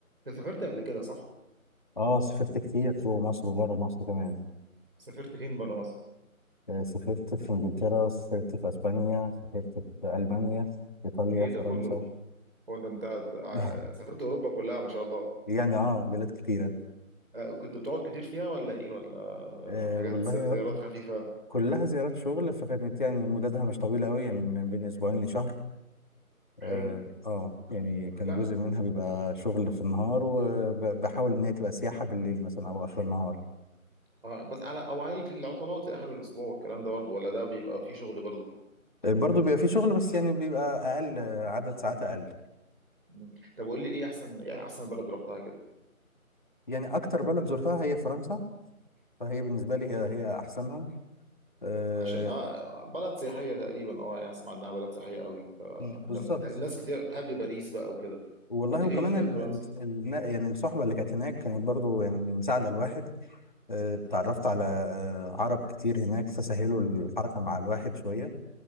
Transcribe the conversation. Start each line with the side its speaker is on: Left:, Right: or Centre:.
Right: انت سافرت قبل كده صح؟
Left: اه سافرت كتير جوه مصر وبره مصر كمان
Right: سافرت فين بره مصر؟
Left: آه، سافرت في انجلترا سافرت في اسبانيا سافرت في المانيا ايطاليا
Right: ايه
Left: فرنسا
Right: ده كله؟ هو ده انت قاعد- ع-
Left: <laughs>
Right: سافرت اوروبا كلها ما شاء الله
Left: يعني اه بلاد كتيرة
Right: آه، كنت بتقعد كتير فيها ولا ايه ولا
Left: آه
Right: حاجات
Left: والله
Right: زيارات خفيفة؟
Left: كلها زيارات شغل فكانت يعني مدتها مش طويلة قوي يعني من بين أسبوعين لشهر آه,
Right: حلو
Left: اه يعني كان
Right: لا
Left: جزء منها بيبقى شغل في النهار وبحاول إن هي تبقى سياحة بالليل مثلا أو آخر النهار
Right: آه بس على او على في العطلات في اخر الاسبوع الكلام ده برضو ولا ده بيبقى فيه شغل برضو
Left: آه برضه بيبقى في شغل بس يعني بيبقى أقل آه، عدد ساعات أقل
Right: مم. طب قول لي ايه احسن ايه احسن بلد رحتها كده؟
Left: يعني أكتر بلد زرتها هي فرنسا فهي بالنسبة لي
Right: مم.
Left: هي هي أحسنها آه
Right: عشان اه بلد سياحية تقريبا اه يعني اسمع انها بلد سياحية قوي انت
Left: بالظبط
Right: الناس كتير بتحب باريس بقى وكده
Left: والله
Right: كنت
Left: وكمان
Right: فين فيها
Left: ال
Right: في فرنسا؟
Left: ال ال يعني الصحبة اللي كانت هناك كانت برضو يعني مساعدة الواحد آه اتعرفت على آه عرب كتير هناك فسهلوا الحركة مع الواحد شوية